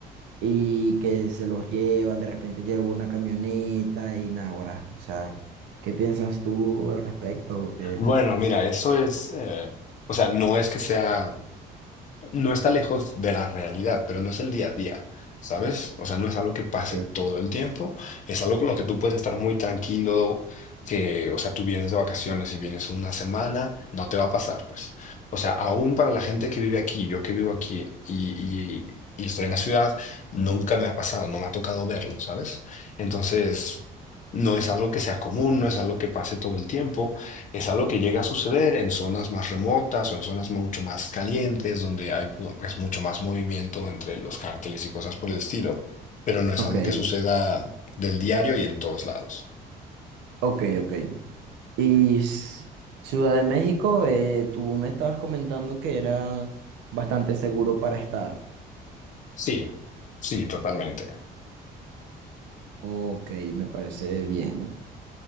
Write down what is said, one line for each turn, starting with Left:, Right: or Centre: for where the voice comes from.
Right: y que se los llevan, de repente llega una camioneta y nada, guará. O sea, ¿qué piensas tú al respecto? ¿Qué?
Left: Bueno, mira, eso es, eh, o sea, no es que sea no está lejos de la realidad, pero no es el día a día, ¿sabes? O sea, no es algo que pase
Right: Ok.
Left: todo el tiempo, es algo con lo que tú puedes estar muy tranquilo, que, o sea, tú vienes de vacaciones y vienes una semana, no te va a pasar, pues. O sea, aún para la gente que vive aquí, yo que vivo aquí y, y, y estoy en la ciudad, nunca me ha pasado, no me ha tocado verlo, ¿sabes? Entonces, no es algo que sea común, no es algo que pase todo el tiempo. Es algo que llega a suceder en zonas más remotas o en zonas mucho más calientes, donde hay pues mucho más movimiento entre los cárteles y cosas por el estilo, pero no es
Right: Ok,
Left: algo que suceda del diario y en todos lados.
Right: ok, ok. Y s- Ciudad de México, eh, tú me estabas comentando que era bastante seguro para estar.
Left: Sí, sí, totalmente.
Right: Ok, me parece bien.